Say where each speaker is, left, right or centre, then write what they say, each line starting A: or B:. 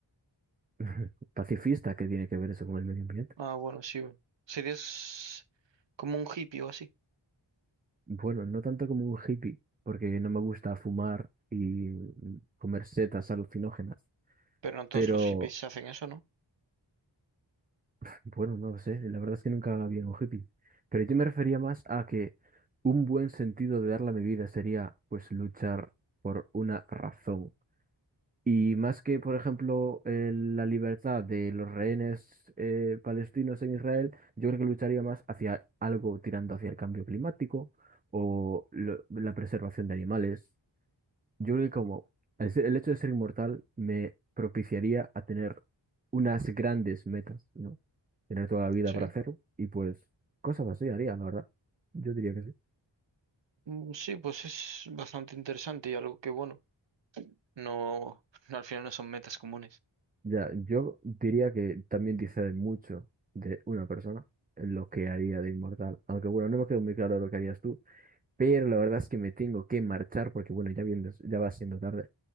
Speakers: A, on the right (about 20°); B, on the right (about 65°).
A: <laughs> Pacifista, qué tiene que ver eso con el medio ambiente?
B: Ah, bueno, sí. bueno. Serías como un hippie o así.
A: Bueno, no tanto como un hippie, porque no me gusta fumar y comer setas alucinógenas,
B: Pero no todos
A: pero
B: los hippies hacen eso, ¿no?
A: <laughs> bueno, no lo sé, la verdad es que nunca había un hippie. Pero yo me refería más a que un buen sentido de darle a mi vida sería pues luchar por una razón Y más que, por ejemplo, eh, la libertad de los rehenes eh, palestinos en Israel, yo creo que lucharía más hacia algo tirando hacia el cambio climático o lo- la preservación de animales. Yo creo que como el, se- el hecho de ser inmortal me propiciaría a tener unas grandes metas, ¿no? Tener toda la vida
B: Sí.
A: para hacerlo y pues cosas así haría, la verdad. Yo diría que sí.
B: Mm, Sí, pues es bastante interesante y algo que, bueno, no, <laughs> no al final no son metas comunes.
A: Ya, yo diría que también dice de mucho de una persona lo que haría de inmortal. Aunque bueno, no me quedó muy claro lo que harías tú, pero la verdad es que me tengo que marchar porque bueno, ya viene, ya va siendo tarde.